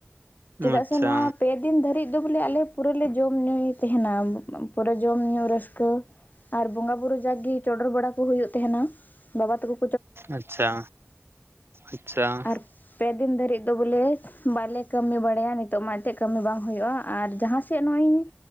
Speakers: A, on the left; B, on the right.
A: ᱪᱮᱫᱟᱜ
B: ᱟᱪᱪᱷᱟ
A: ᱥᱮ ᱱᱚᱣᱟ ᱯᱮᱫᱤᱱ ᱫᱷᱟᱹᱨᱤᱡ᱾ ᱫᱚ ᱵᱚᱞᱮ ᱟᱞᱮ ᱯᱩᱨᱟᱹ ᱞᱮ ᱡᱚᱢ-ᱧᱩᱭ ᱛᱟᱦᱮᱱᱟ ᱯᱩᱨᱟᱹ ᱡᱚᱢ-ᱧᱩ ᱨᱟᱹᱥᱠᱟᱹ ᱾ ᱟᱨ ᱵᱚᱸᱜᱟ ᱵᱩᱨᱩ ᱡᱟᱜᱽ ᱜᱤ ᱪᱚᱰᱚᱨ ᱵᱟᱲᱟ ᱠᱚ ᱦᱳᱭᱳᱜ ᱛᱟᱦᱮᱱᱟ ᱵᱟᱵᱟ ᱛᱟᱠᱩ᱾
B: ᱟᱪᱪᱷᱟ ᱟᱪᱪᱷᱟ ᱾
A: ᱟᱨ ᱯᱮ ᱫᱤᱱ ᱫᱷᱟᱹᱨᱤᱡ ᱫᱚ ᱵᱚᱞᱮ᱾ ᱵᱟᱞᱮ ᱠᱟᱹᱢᱤ ᱵᱟᱲᱟᱭᱟ ᱱᱤᱛᱚᱜ ᱢᱟ ᱮᱱᱛᱮᱡ ᱠᱟᱹᱢᱤ ᱵᱟᱝ ᱦᱩᱭᱩᱜᱼᱟ, ᱟᱨ ᱡᱟᱦᱟᱸ ᱥᱮᱫ ᱱᱚᱜ ᱤᱧ